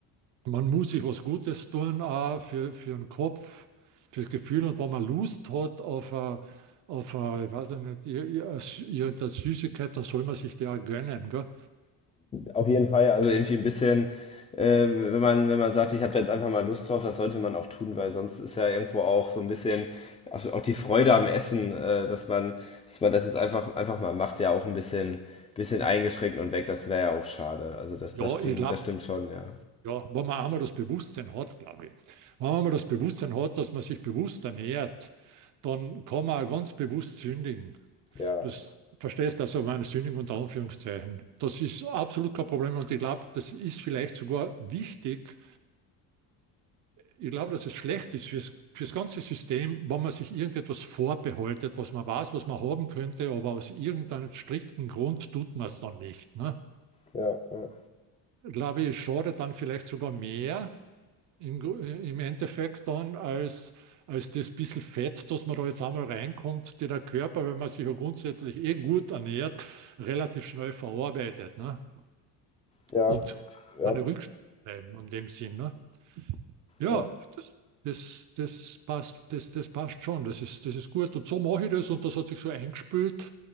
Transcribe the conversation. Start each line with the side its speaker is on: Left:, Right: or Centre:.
Right: Man muss sich was Gutes tun, auch für, für den Kopf, fürs Gefühl. Und wenn man Lust hat auf, eine- auf eine, ich weiß ja nicht, ir- ir- irgendeine Süßigkeit, dann soll man sich die auch gönnen. Gell?
Left: Auf jeden Fall, also irgendwie ein bisschen, ähm, wenn man, wenn man sagt, ich habe da jetzt einfach mal Lust drauf, das sollte man auch tun, weil sonst ist ja irgendwo auch so ein bisschen auch, auch die Freude am Essen, äh, dass man, dass man das jetzt einfach, einfach mal macht, ja auch ein bisschen, bisschen eingeschränkt und weg, das wäre ja auch schade. Also das,
Right: Ja,
Left: das stimmt,
Right: ich glaube,
Left: das stimmt schon, ja.
Right: ja, wenn man einmal das Bewusstsein hat, glaube ich. Wenn man einmal das Bewusstsein hat, dass man sich bewusst ernährt, dann kann man auch ganz bewusst sündigen.
Left: Ja,
Right: Das verstehst also meine Sündigung unter Anführungszeichen. Das ist absolut kein Problem und ich glaube, das ist vielleicht sogar wichtig. Ich glaube, dass es schlecht ist fürs, fürs ganze System, wenn man sich irgendetwas vorbehaltet, was man weiß, was man haben könnte, aber aus irgendeinem strikten Grund tut man es dann nicht. Ne?
Left: ja, ja,
Right: Ich glaube, es schadet dann vielleicht sogar mehr, im, im Endeffekt dann als, als das bisschen Fett, das man da jetzt einmal reinkommt, die der Körper, wenn man sich ja grundsätzlich eh gut ernährt, relativ schnell verarbeitet, ne?
Left: ja,
Right: Und
Left: ja.
Right: keine Rückstände bleiben in dem Sinn, ne? Ja,
Left: ja.
Right: das, das, das passt, das, das passt schon, das ist, das ist gut. Und so mache ich das und das hat sich so eingespült.